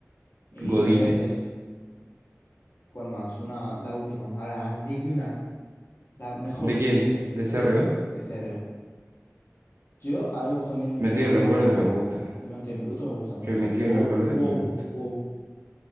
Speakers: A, on the left (about 50°); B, on the right (about 55°).
A: Y
B: Godines.
A: a ver, de... ¿cuál más? Una, la última. Ahora, di una. La mejor
B: ¿De quién?
A: que se sepa
B: ¿De
A: de,
B: C. CRO?
A: de C. R. O. Yo, a mí me gusta a mí mucho
B: Metido
A: Diamante
B: en los
A: en
B: verdes
A: Bruto.
B: me gusta.
A: Diamante en Bruto me gusta mucho.
B: Que metido
A: Wow,
B: en los verdes
A: wow,
B: me gusta.
A: wow.